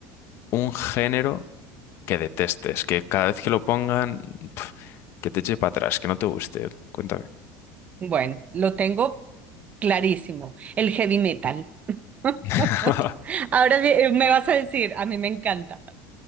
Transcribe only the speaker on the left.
un género. que detestes, que cada vez que lo pongan, pf, que te eche para atrás, que no te guste. Cuéntame.
<laughs>